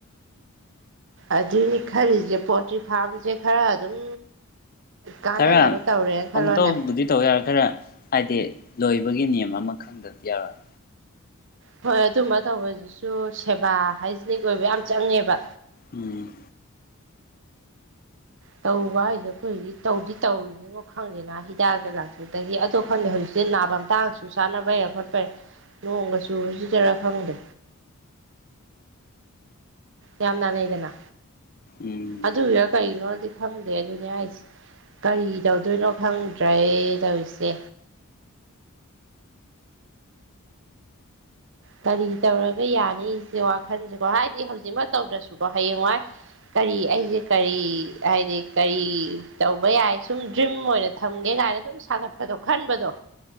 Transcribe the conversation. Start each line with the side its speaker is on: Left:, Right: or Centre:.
Right: ꯑꯗꯨꯏꯅꯤ ꯈꯔꯤꯁꯦ ꯄꯣꯜꯇ꯭ꯔꯤ ꯐꯥꯔꯝꯁꯦ ꯈꯔ ꯑꯗꯨꯝ ꯀꯥꯟꯅꯅꯕ
Left: ꯈꯔ
Right: ꯇꯧꯔꯦꯅ ꯈꯜꯂꯣꯅꯦ
Left: ꯑꯝꯇꯕꯨꯗꯤ ꯇꯧ ꯌꯥꯔ ꯈꯔ ꯍꯥꯏꯗꯤ ꯂꯣꯏꯕꯒꯤ ꯅꯤꯝ ꯑꯃ ꯈꯪꯗꯗꯤ ꯌꯥꯔꯣꯏ
Right: ꯍꯣꯏ ꯑꯗꯨꯝꯕ ꯇꯧꯕꯁꯤꯁꯨ ꯁꯦꯕꯥ ꯍꯥꯏꯖꯤꯅꯤꯛ ꯑꯣꯏꯕ ꯌꯥꯝ ꯆꯪꯉꯦꯕ
Left: ꯎꯝ
Right: ꯇꯧꯕ ꯍꯥꯏꯁꯦ ꯑꯩꯈꯣꯏ ꯍꯧꯖꯤꯛ ꯇꯧꯗꯤ ꯇꯧꯔꯤꯅꯤꯅꯣ ꯈꯪꯗꯦꯅ ꯍꯤꯗꯥꯛ ꯀ ꯂꯥꯡꯊꯛꯇꯒꯤ ꯑꯗꯣ ꯈꯪꯗꯦ ꯍꯧꯖꯤꯛꯇꯤꯦ ꯅꯥꯕ ꯑꯃꯇꯥꯡꯁꯨ ꯆꯥꯅꯕꯩꯔ ꯈꯣꯠꯄꯩꯔꯦ ꯅꯣꯡꯒ ꯆꯨꯗꯔꯥ ꯈꯪꯗꯦ ꯌꯥꯝ ꯅꯅꯦꯏꯗꯅ
Left: ꯎꯝ
Right: ꯑꯗ ꯑꯣꯏꯔ ꯀꯥꯏꯩꯅꯣꯗꯤ ꯈꯪꯗꯦ ꯑꯗꯨꯅꯦ ꯍꯥꯏꯁꯦ ꯀꯔꯤ ꯇꯧꯗꯣꯏꯅꯣ ꯈꯪꯗ꯭ꯔꯦ ꯇꯧꯔꯤꯁꯦ ꯀꯔꯤ ꯇꯧꯔꯒ ꯌꯥꯅꯤꯁꯦ ꯋꯥꯈꯜꯁꯦꯀꯣ ꯍꯥꯏꯗꯤ ꯍꯧꯖꯤꯛꯃꯛ ꯇꯧꯗ꯭ꯔꯁꯨꯀꯣ ꯍꯌꯦꯡꯋꯥꯏ ꯀꯔꯤ ꯑꯩꯁꯦ ꯀꯔꯤ ꯍꯥꯏꯗꯤ ꯀꯔꯤ ꯇꯧꯕ ꯌꯥꯏ ꯁꯨꯝ ꯗ꯭ꯔꯤꯝ ꯑꯣꯏꯅ ꯊꯝꯒꯦ ꯀꯥꯏꯅ ꯁꯨꯝ ꯁꯥꯒꯠꯄꯗꯣ ꯈꯟꯕꯗꯣ